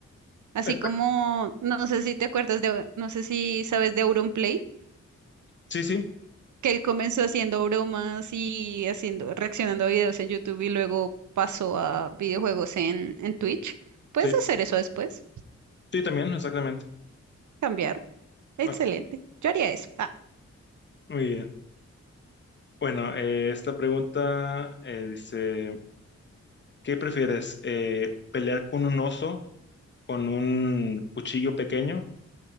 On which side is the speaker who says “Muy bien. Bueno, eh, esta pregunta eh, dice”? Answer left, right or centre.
Left